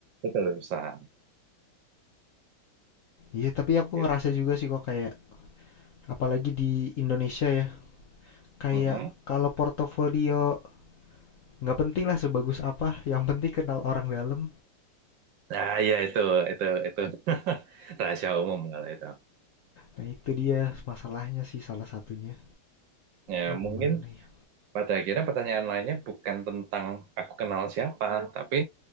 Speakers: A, on the right; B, on the left.
A: itu lebih besar
B: Iya, tapi aku
A: gitu.
B: ngerasa juga sih kok kayak apalagi di Indonesia ya. Kayak
A: Mm-mm.
B: kalau portofolio nggak penting lah sebagus apa, yang penting kenal orang dalam.
A: Nah, ya itu itu itu <laughs> rahasia umum kalau itu.
B: Nah itu dia masalahnya sih salah satunya.
A: Ya,
B: Aduh, gimana
A: mungkin
B: ya?
A: Pada akhirnya pertanyaan lainnya bukan tentang aku kenal siapa, tapi